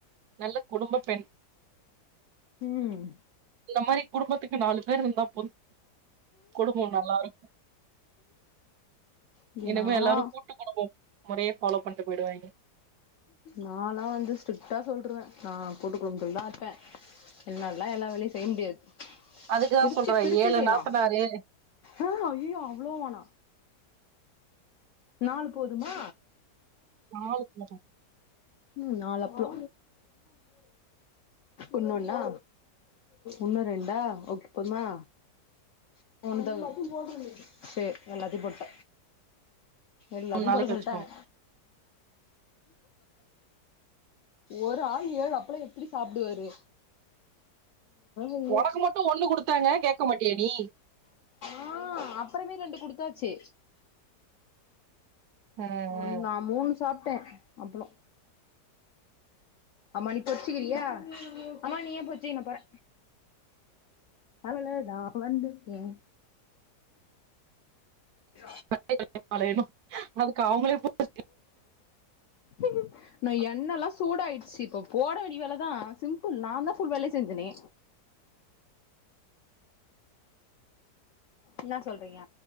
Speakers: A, on the right; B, on the left.
A: நல்ல குடும்ப பெண்
B: ம்
A: இந்த மாரி குடும்பத்துக்கு நாலு பேரு இருந்தா போது குடுபோ நல்லா இருக்
B: இங்க
A: இனிமே
B: நாலா
A: எல்லாரு கூட்டு குடும்பம் முரைய ஃபாலோ பண்ட்டு போயிடுவாய்ங்க
B: நல்லா வந்த ஸ்ட்ரிக்டா சொல்ருவ நா கூட்டு குடும்பத்லதா இருப்ப என்னாலா எல்லா வேலையு செய்ய முடியாது
A: அதுக்குதா
B: பிரிச்சு
A: சொல்ற
B: பிரிச்சு
A: ஏழு
B: செய்யலா
A: நாத்தனாரு
B: ஆ ஐயயோ அவ்ளோ வேணா நாலு போதுமா
A: நாலு பேரு,
B: ம் நாலுஅப்போ இன்னு ஒன்னா இன்னு ரெண்டா ஓகே போதுமா <unintelligible> சேரி எல்லாத்தையும் போட்ட எல்லாத்தியு
A: மூணு நாளைக்கு
B: போட
A: வச்சுக்கோங்க
B: சொல்ட்டாங்க ஒரு ஆள் ஏழு அப்பலா எப்படி சாப்டுவாரு ஐயோ
A: ஒனக்கு மட்டு ஒண்ணு குடுத்தாங்க கேக்க மாட்டியா நீ
B: ஆ அப்பறமே ரெண்டு குடுத்தாச்சு
A: ஆ
B: ஒன்
A: ஆ
B: நா மூணு சாப்ட்ட அப்பளோ அம்மா நீ பொரிச்சுக்கிறியா அம்மா நீ ஏ பொரிச்சிச்கே நா போற அவ்ளோதா வந்துடேன் இ
A: <inaudible> அதுக்கு அவுங்களே பொருச்
B: ஆ நா எண்ணல்லா சூடாயிடுச்சு இப்ப போட வேண்டி வேலதா சிம்பிள் நா தா ஃபுல் வேலயு செஞ்சனே என்னா சொல்றிங்க